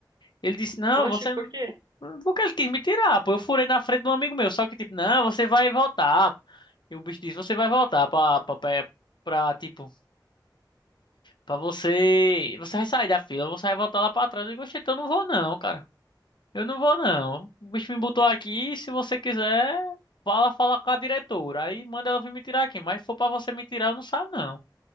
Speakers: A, on the left (about 75°); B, on the right (about 60°).
A: Ele disse, não,
B: Oxe,
A: você...
B: por quê?
A: Porque ele quis me tirar, pô. Eu furei na frente de um amigo meu. Só que, tipo, não, você vai voltar. E o bicho disse, você vai voltar pra, pra, pra, pra, tipo, pra você... Você vai sair da fila, você vai voltar lá pra trás. Eu digo, "Oxe, então eu não vou não, cara. Eu não vou não. O bicho me botou aqui, se você quiser, fala, fala com a diretora. Aí manda ela vir me tirar aqui. Mas se for pra você me tirar, eu não saio não.